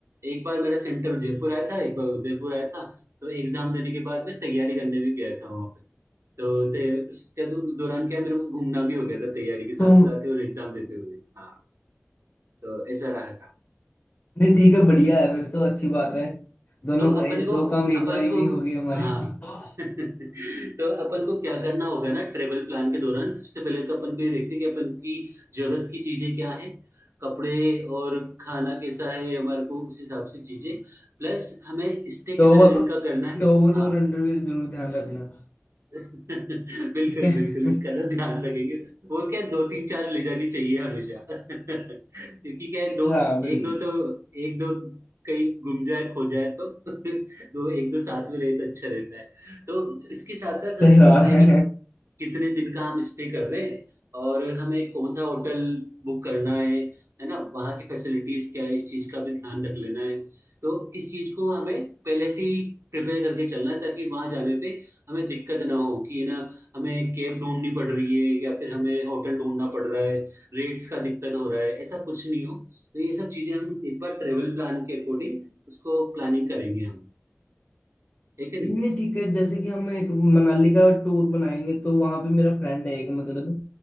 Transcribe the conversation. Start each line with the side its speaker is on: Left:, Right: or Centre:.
Right: एक बार मेरा सेंटर जयपुर आया था एक बार उदयपुर आया था तो एग्जाम देने के बाद मैं तैयारी करने भी गया था वहाँ पे तो ते- उसके उस दौरान क्या मेरे को घूमना भी हो गया था तैयारी के साथ
Left: तो
Right: साथ और एग्जाम देते हुए हाँ तो ऐसा रहा था
Left: नहीं ठीक है बढ़िया है फिर तो अच्छी बात है दोनों
Right: तो
Left: का
Right: अपन
Left: ये
Right: को
Left: दो काम एक
Right: अपन
Left: बारी में
Right: को
Left: ही हो गए हमारे
Right: हाँ
Left: <laughs>
Right: <laughs> तो अपन को क्या करना होगा ना ट्रेवल प्लान के दौरान सबसे पहले तो अपन को ये देखते हैं कि अपन की जरूरत की चीजें क्या है कपड़े और खाना कैसा है हमारे को उस हिसाब से चीजें प्लस हमें स्टे
Left: टॉवल
Right: कितने दिन का करना है
Left: टॉवल
Right: हाँ
Left: और अंडरवियर जरूर ध्यान रखना
Right: <laughs> बिल्कुल
Left: ठीक है
Right: बिल्कुल
Left: <laughs>
Right: इसका ना ध्यान रखेंगे वो क्या दो तीन चार ले जानी चाहिए हमेशा <laughs> क्योंकि क्या है दो
Left: हाँ बिल्कुल
Right: एक दो तो एक दो कहीं गुम जाए खो जाए तो <laughs> दो एक दो साथ में रहे तो अच्छा रहता है तो इसके साथ साथ
Left: सही
Right: हमें
Left: बात
Right: देखना है
Left: है
Right: कि कितने दिन का हम स्टे कर रहे हैं और हमें कौन सा होटल बुक करना है है ना वहाँ की फैसिलिटीज क्या है इस चीज का भी ध्यान रख लेना है तो इस चीज को हमें पहले से ही प्रिपेयर करके चलना है ताकि वहाँ जाने पे हमें दिक्कत ना हो कि ना हमें कैब ढूंढनी पड़ रही है या फिर हमें होटल ढूंढना पड़ रहा है रेट्स का दिक्कत हो रहा है ऐसा कुछ नहीं हो तो ये सब चीजें हम एक बार ट्रेवल प्लान के अकॉर्डिंग उसको प्लानिंग करेंगे हम ठीक है नहीं
Left: नहीं ठीक है जैसे कि हम एक मनाली का टूर बनाएंगे तो वहां पे मेरा फ्रेंड है एक मतलब